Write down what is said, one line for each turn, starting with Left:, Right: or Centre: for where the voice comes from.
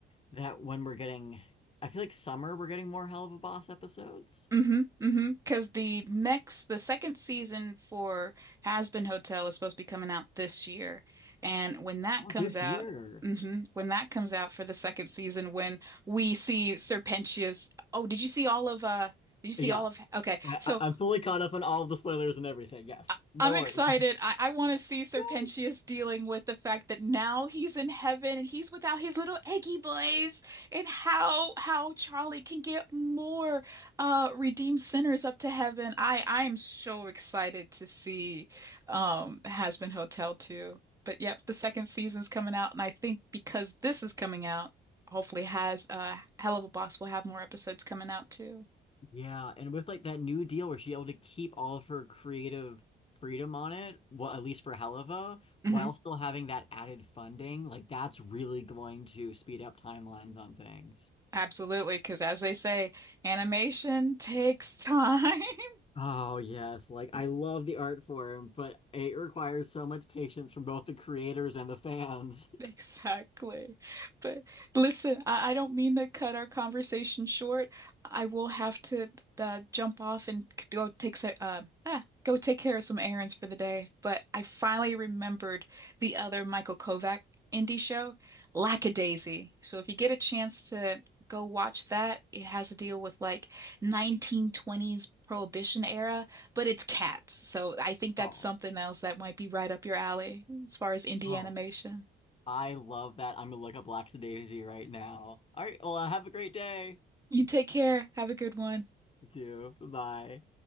Left: that when we're getting, I feel like summer, we're getting more Hell of a Boss episodes.
Right: Mm-hmm, mm-hmm. Because the next, the second season for Has Been Hotel is supposed to be coming out this year, and when that
Left: Oh,
Right: comes
Left: this
Right: out,
Left: year.
Right: hmm when that comes out for the second season, when we see Serpentius. Oh, did you see all of? Uh, did you see
Left: Yeah,
Right: all of? Okay,
Left: I,
Right: so
Left: I- I'm fully caught up on all of the spoilers and everything. Yes,
Right: I-
Left: no
Right: I'm
Left: worries.
Right: excited.
Left: <laughs>
Right: I, I want to see Serpentius
Left: Yay!
Right: dealing with the fact that now he's in heaven and he's without his little eggy boys, and how how Charlie can get more uh redeemed sinners up to heaven. I I am so excited to see um Has Been Hotel too. But yep, the second season's coming out, and I think because this is coming out, hopefully has uh Hell of a Boss will have more episodes coming out too.
Left: Yeah, and with like that new deal where she able to keep all of her creative freedom on it, well, at least for Helava, while
Right: Mhm.
Left: still having that added funding, like that's really going to speed up timelines on things.
Right: Absolutely, because as they say, animation takes time. <laughs>
Left: Oh yes, like I love the art form, but it requires so much patience from both the creators and the fans.
Right: <laughs> Exactly. But listen, I, I don't mean to cut our conversation short. I will have to uh, jump off and c- go take some, uh, ah, go take care of some errands for the day. But I finally remembered the other Michael Kovac indie show, Lackadaisy. So if you get a chance to go watch that, it has a deal with like 1920s Prohibition era, but it's cats. So I think that's
Left: Oh,
Right: something else that might be right up your alley as far as indie
Left: oh,
Right: animation.
Left: I love that. I'm gonna look up Lackadaisy right now. All right, well, have a great day.
Right: You take care. Have a good one.
Left: You too. Bye.